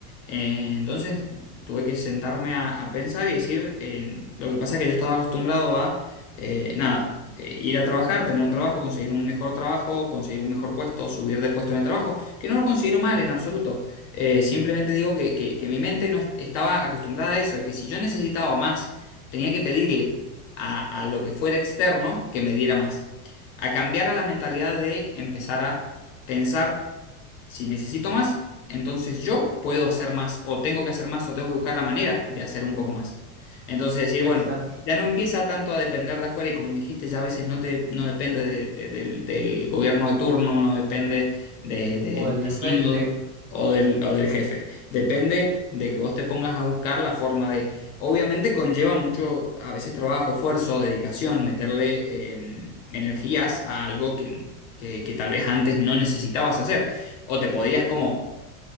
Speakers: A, on the left (about 65°); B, on the right (about 25°).
A: Eh, entonces tuve que sentarme a, a pensar y decir, eh, lo que pasa es que yo estaba acostumbrado a, eh, nada, eh, ir a trabajar, tener un trabajo, conseguir un mejor trabajo, conseguir un mejor puesto, subir de puesto en el trabajo, que no lo considero mal en absoluto. Eh, simplemente digo que, que- que mi mente no est- estaba acostumbrada a eso, que si yo necesitaba más, tenía que pedirle a, a lo que fuera externo que me diera más. A cambiar a la mentalidad de empezar a pensar. Si necesito más, entonces yo puedo hacer más, o tengo que hacer más, o tengo que buscar la manera de hacer un poco más. Entonces decir,
B: exacto,
A: bueno, ya no empieza tanto a depender de afuera, y como dijiste, ya a veces no te, no depende de- de- del, del gobierno de turno, no depende de- del
B: o el
A: vecino
B: de enfrente,
A: o del, o del jefe. Depende de que vos te pongas a buscar la forma de... Obviamente conlleva mucho, a veces trabajo, esfuerzo, dedicación, meterle eh, energías a algo que, que- que tal vez antes no necesitabas hacer. O te podías como,